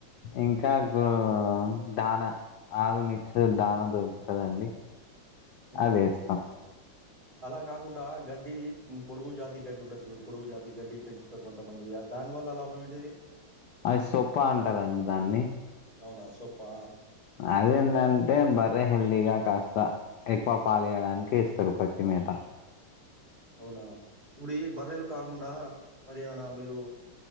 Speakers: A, on the left (about 70°); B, on the right (about 25°).
A: ఇంకా గో దాన. ఆల్ మిక్స్ దాన దొరుకుతదండి
B: ఉహు
A: అది ఎస్తం.
B: అలా కాకుండా గడ్డి పొడుగు జాతి గడ్డి ఉంటది చూడు, పొడుగు జాతి గడ్డి పెంచుతరు కొంతమంది దాని వల్ల లాభం ఏంటిది?
A: అది సొప్ప అంటరండి దాన్ని.
B: అవునా సొప్పా
A: అదేందంటే బర్రె హెల్దీగా కాస్త ఎక్కువ పాలు ఇవ్వడానికి వేస్తారు పచ్చిమేత
B: అవునా ఇప్పుడు ఈ బర్రెలు కాకుండా మరి ఏమన్నా మీరు